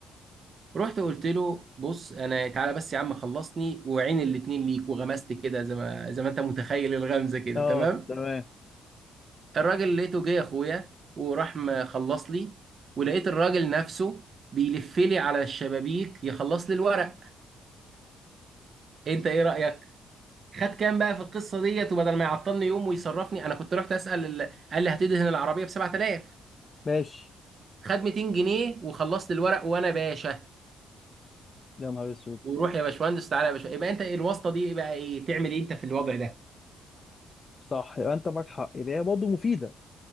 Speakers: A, on the right (about 45°); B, on the left (about 30°).
A: رحت قلت له بص انا تعالى بس يا عم خلصني وعين الاتنين ليك وغمزت كده زي ما زي ما انت متخيل الغمزه كده
B: اه
A: تمام
B: تمام
A: الراجل لقيته جه يا اخويا وراح مخلص لي ولقيت الراجل نفسه بيلف لي على الشبابيك يخلص لي الورق انت ايه رأيك خد كام بقى في القصة ديت وبدل ما يعطلني يوم ويصرفني انا كنت رحت اسأل ال- قال لي هتدهن العربية ب 7000
B: ماشي
A: خد 200 جنيه وخلصت الورق وانا باشا
B: يا نهار اسود
A: وروح يا باشمهندس تعالى يا باشا يبقى انت ايه الواسطة دي بقى ايه تعمل ايه انت في الوضع ده
B: صح يبقى انت معاك حق يبقى هي برضه مفيده